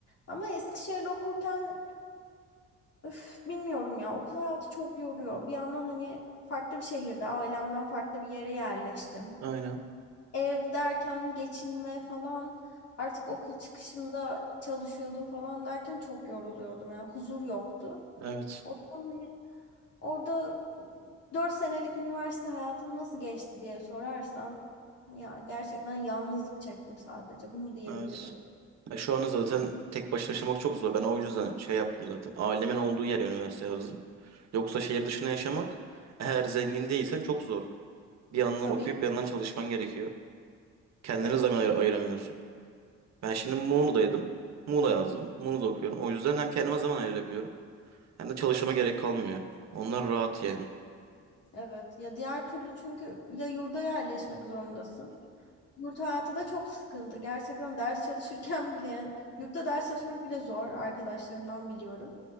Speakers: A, on the left; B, on the right.
A: Ama Eskişehir'de okurken üf, bilmiyorum ya okul hayatı çok yoruyor. Bir yandan hani farklı bir şehirde ailemden farklı bir yere yerleştim
B: Aynen.
A: ev derken geçinme falan artık okul çıkışında çalışıyordum falan derken çok yoruluyordum. Yani huzur yoktu.
B: Evet.
A: O yüzden hani orada 4 senelik üniversite hayatım nasıl geçti diye sorarsan ya gerçekten yalnızlık çektim sadece bunu diyebilirim.
B: Evet. Ya şu anda zaten tek başına yaşamak çok zor. Ben o yüzden şey yaptım zaten. Ailemin olduğu yere üniversite yazdım. Yoksa şehir dışına yaşamak eğer zengin değilsen çok zor. Bir yandan
A: Tabii
B: okuyup bir yandan çalışman gerekiyor. Kendine
A: evet.
B: zaman ayır ayıramıyorsun. Ben şimdi Muğla'daydım. Muğla yazdım. Muğla'da okuyorum. O yüzden hem kendime zaman ayırabiliyorum hem de çalışmama gerek kalmıyor. Onlar rahat yani.
A: Evet. Ya diğer türlü çünkü ya yurda yerleşmek zorundasın. Yurt hayatı da çok sıkıntı. Gerçekten ders çalışırken bile yani yurtta ders çalışmak bile zor arkadaşlarımdan biliyorum.